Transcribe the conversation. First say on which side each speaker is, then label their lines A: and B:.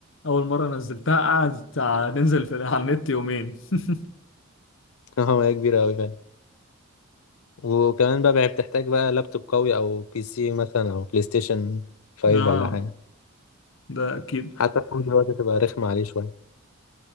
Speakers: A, on the left (about 60°); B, on the left (about 75°).
A: اول مرة نزلتها قعدت تع- ننزل في على النت يومين <laughs>
B: <laughs> اه هي كبيرة أوي فعلا وكمان بقى بقى بتحتاج بقى لابتوب قوي أو بي سي مثلا أو بلاي ستيشن 5
A: اه
B: ولا حاجة
A: ده أكيد
B: حتى الفون دلوقتي تبقى رخمة عليه شوية